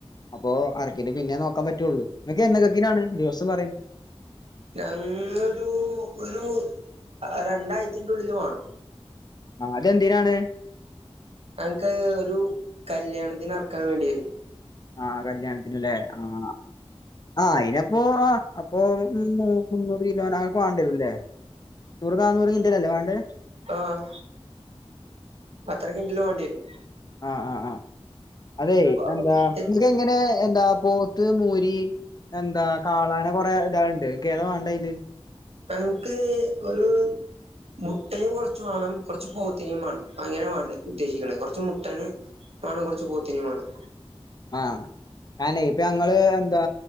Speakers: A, on the left; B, on the right.
A: അപ്പൊ അറക്കിട്ട് പിന്നെ ന്നോക്കാൻ പറ്റൊള്ളു. എന്നകക്കിനാണ് ദിവസം പറയെ?
B: ഞങ്ങരു ഒരു. രണ്ടാഴ്ച്ചന്റെ ഉള്ളിൽ വാണം.
A: ആഹ് അതെന്തിനാണ്?
B: ഞങ്ങക്ക്ഹ് ഒരു കല്യാണത്തിന് അർക്കാൻ വേണ്ടിയായിര്ന്നു.
A: ആഹ് കല്യാണത്തിന്ലെ ആഹ് ആഹ് അയിനപ്പോ ആഹ് അപ്പൊ. ഇണ്ട് മുന്നൂറ് കിലോനോ ഒക്കെ വാണ്ട്യരുംല്ലേ. നൂറ് ന്നാന്നൂറ് കിന്റാലല്ലേ വാണ്ടെ
B: ആഹ് അത്ര കിന്റല് വാണ്ട്യരും.
A: ആഹ് ആഹ് ആഹ് അതെ
B: അപ്പൊ
A: എന്താ
B: അപ്പൊ
A: ഇത് ഇങ്ങനെ എന്താപ്പൊ. പോത്ത് മൂരി എന്താ കാളാ അങ്ങനെ കൊറെ ഇതാൾണ്ട് ഇങ്ങക്കേതാ വാണ്ടെ അയില്.
B: ഞങ്ങക്ക് ഒരു മുട്ടനിം കൊർച്ച് വാണം കൊർച്ച് പോത്തിനിം വാണം. അങ്ങനെ വാണ്ടെ ഉദ്ദേശിക്കണേ കൊർച്ച് മുട്ടന് വാണം കൊർച്ച് പോത്തിനിം വാണം.
A: ആഹ് ഞാനെ ഇപ്പ ഞങ്ങള് എന്താ.